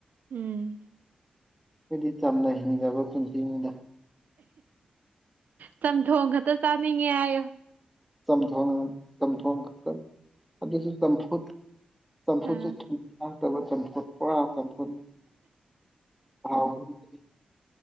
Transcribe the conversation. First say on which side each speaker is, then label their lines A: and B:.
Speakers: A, on the right; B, in the centre.
A: ꯎꯝ
B: ꯑꯩꯗꯤ ꯆꯝꯅ ꯍꯤꯡꯖꯕ ꯄꯨꯟꯁꯤꯅꯤꯗ
A: ꯆꯝꯊꯣꯡ ꯈꯛꯇ ꯆꯥꯅꯤꯡꯉꯦ ꯍꯥꯏꯌꯣ
B: ꯆꯝꯊꯣꯡ ꯆꯝꯊꯣꯡ ꯈꯛꯇꯡ ꯑꯗꯨꯁꯨ ꯆꯝꯐꯨꯠ ꯆꯝꯐꯨꯠꯁꯨ
A: ꯎꯝ
B: ꯆꯤꯅꯤ ꯊꯥꯛꯇꯕ ꯆꯝꯐꯨꯠ ꯄꯨꯔꯥ ꯆꯝꯐꯨꯠꯅꯤ <unintelligible>